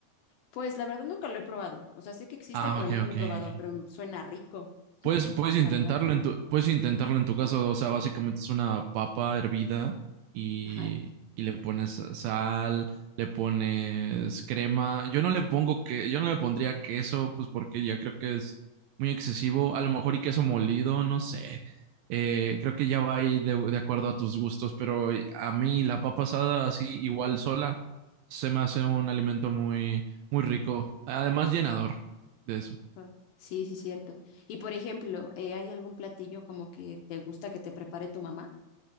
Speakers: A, on the left; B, on the right.
A: pues la verdad nunca lo he probado. O sea, sé que existe,
B: Ah,
A: pero
B: ok,
A: nunca
B: ok,
A: lo he probado,
B: ok.
A: pero suena rico, <laughs>
B: Puedes, puedes intentarlo
A: la verdad.
B: en tu, puedes intentarlo en tu caso, o sea, básicamente es una papa hervida y,
A: Ajá.
B: y le pones sal, le pones crema. Yo no le pongo que, yo no le pondría queso, pues porque ya creo que es muy excesivo. A lo mejor y queso molido, no sé. Eh, creo que ya va ahí de, de acuerdo a tus gustos, pero a mí la papa asada así igual sola se me hace un alimento muy, muy rico, además llenador de eso.
A: ah, Sí, sí, cierto. Y por ejemplo, eh, ¿hay algún platillo como que te gusta que te prepare tu mamá?